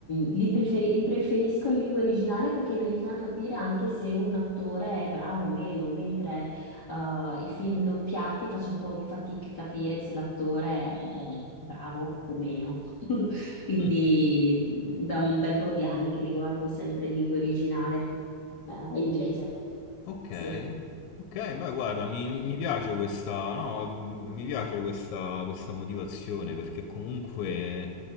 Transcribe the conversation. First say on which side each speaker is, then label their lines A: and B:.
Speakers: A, on the left (about 45°); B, on the left (about 80°).
A: li, preferi- li preferisco in lingua originale perché mi aiutano a capire anche se un attore è bravo o meno, mentre Uh, I film doppiati faccio un po' di fatica a capire se l'attore è, è bravo o meno. <laughs> Quindi
B: Mm,
A: da un bel po' di anni che li guardo sempre in lingua originale, eh,
B: ok.
A: inglese.
B: Ok,
A: Sì.
B: ok, beh, guarda, mi, mi piace questa, no, mi piace questa, questa motivazione perché comunque,